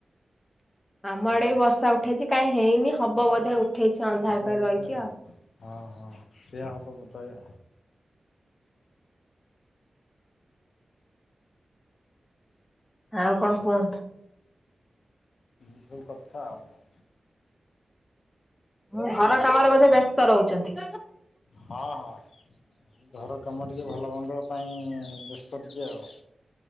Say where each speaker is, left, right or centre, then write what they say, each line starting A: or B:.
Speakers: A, on the left; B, on the left.
A: ଆମ ଆଡେ
B: ଏଇ
A: ବି
B: ଆଉ।
A: ବର୍ଷା ଉଠେଇଛି କାଇହିଁ ହେଇନି ହବ ବୋଧେ ଉଠେଇଛି ଅନ୍ଧାରକରି
B: ହବ ବୋଧେ
A: ରହିଛି ଆଉ।
B: ହଁ ହଁ ସେୟା ହବ ବୋଧେଏ।
A: ଆଉ କଣ କୁହନ୍ତୁ?
B: ଏ ସବୁ କଥା ଆଉ।
A: ହୁଁ ଘର କାମରେ ବୋଧେ ବ୍ୟସ୍ତ ରହୁଛନ୍ତି।
B: ହଁ ହଁ। ଘର କାମ ଟିକେ ଭଲ ମନ୍ଦ ପାଇଁ ବ୍ୟସ୍ତ ଟିକେ ଆଉ।